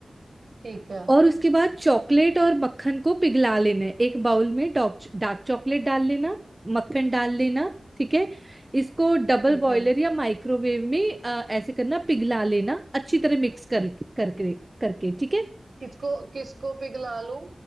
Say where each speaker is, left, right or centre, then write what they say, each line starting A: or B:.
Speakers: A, on the right; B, on the right.
A: ठीक है
B: और उसके बाद चॉकलेट और मक्खन को पिघला लेना है एक बाउल में डॉक- डार्क चॉकलेट डाल लेना मक्खन डाल लेना ठीक है इसको डबल
A: ठीक
B: बॉयलर
A: है
B: या माइक्रोवेव में अ, ऐसे करना पिघला लेना अच्छी तरह मिक्स कर करके करके ठीक है
A: किसको किसको पिघला लूं